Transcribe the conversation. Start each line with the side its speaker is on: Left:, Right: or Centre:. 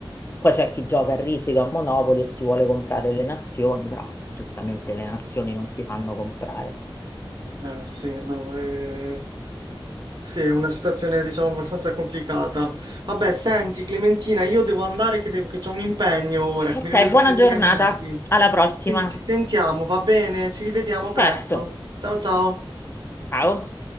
Left: Poi c'è chi gioca a risico a Monopoli e si vuole comprare le nazioni, però giustamente le nazioni non si fanno comprare.
Right: Eh, sì, no, eh, sì, è una situazione, diciamo, abbastanza complicata. Vabbè, senti, Clementina, io devo andare che, devo- che c'ho un impegno ora, che
Left: Ok,
Right: mi devo vedere
Left: buona
Right: con
Left: giornata,
Right: degli amici,
Left: alla prossima.
Right: quindi ci sentiamo, va bene? Ci rivediamo presto.
Left: Certo,
Right: Ciao, ciao.
Left: ciao.